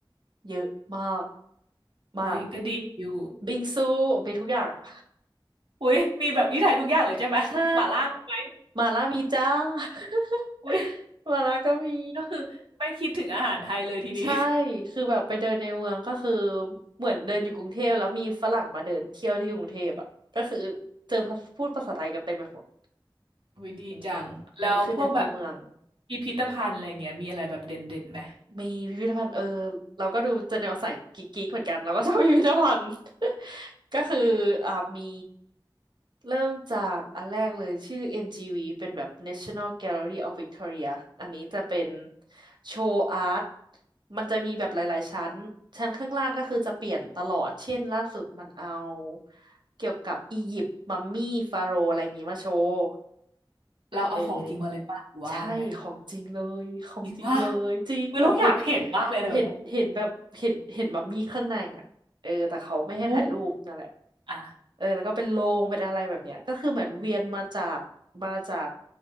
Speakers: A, on the right; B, on the right.
A: เยอะมากมาก
B: อุ๊ยก็ดีอยู่
A: บิงซูมีทุกอย่างอะ
B: อุ๊ยมีแบบที่ไทยทุกอย่างเลยใช่ไหมหม่าล่ามีไหม
A: ใช่หมาล่ามีจ้า <laughs>
B: อุ๊ย
A: หมาล่าก็มี
B: ก็คือไม่คิดถึงอาหารไทยเลยทีนี้
A: ใช่คือแบบไปเดินในเมืองก็คือเหมือนเดินอยู่กรุงเทพแล้วมีฝรั่งมาเดินเที่ยวที่กรุงเทพอ่ะก็คือเจอพูดภาษาไทยกันเต็มไปหมด
B: อุ้ยดีจังแล้วพวกแบบ
A: อืมอันนี้คือในตัวเมือง
B: พิพิธภัณฑ์อะไรเงี้ยมีอะไรแบบเด่นเด่นไหม
A: มีพิพิธภัณฑ์เออเราก็ดูจะแนวสายกิ๊กๆเหมือนกันเราก็ชอบพิพิธภัณฑ์ <laughs> ก็คืออ่ามีเริ่มจากอันแรกเลยชื่อ NGV เป็นแบบ National Gallery of Victoria อันนี้จะเป็นโชว์อาร์ตมันจะมีแบบหลาย ๆ ชั้นชั้นข้างล่างก็คือจะเปลี่ยนตลอดเช่นล่าสุดมันเอาเกี่ยวกับอียิปต์มัมมี่ฟาโรห์อะไรอย่างนี้มาโชว์
B: เราเอาของจริงมาเลยป่ะหรือว่าไงอะ
A: เออใช่ของจริงเลยของจริงเลยจริงแบบเห็น
B: จริงป่ะอุ้ยเราอยากเห็นมากเลยอะไรแบบเนี้ย
A: เห็นเห็นแบบเห็นเห็นมัมมี่ข้างในอ่ะเออแต่เขาไม่ให้ถ่ายรูปนั่นแหละ
B: โอ้อ่ะ
A: เออแล้วก็เป็นโรงเป็นอะไรแบบเนี้ยก็คือเหมือนเวียนมาจากมาจาก